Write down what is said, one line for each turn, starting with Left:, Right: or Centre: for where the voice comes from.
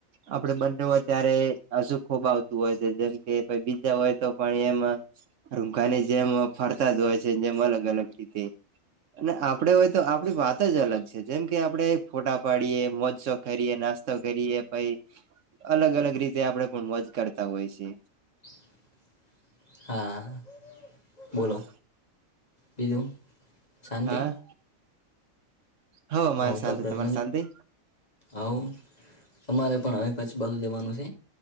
Right: આપડે બંને હોય ત્યારે અશુ ખુબ આવતું હોય છે જેમ કે બીજા હોય તો પણ એમાં રૂઘાને જેમ ફરતા જ હોય છે જેમ અલગ અલગ રીતે અને આપડે હોય તો આપણી વાત જ અલગ છે જેમ કે આપણેે ફોટા પાડીએ મોજો શોખ કરીએ. નાસ્તો કરીએ પ અલગ અલગ રીતે આપણેે પણ મોજ કરતા હોય છે.
Left: <unintelligible> હા. બોલો
Right: હા.
Left: બીજું શાંતિ
Right: હા. હવ મારે
Left: આવું
Right: શાંતિ
Left: તો <unintelligible> આપડેમ
Right: તમારે શાંતિ
Left: આવું અમારે પણ હવે કચ્છ બાજુ જેવાનું છે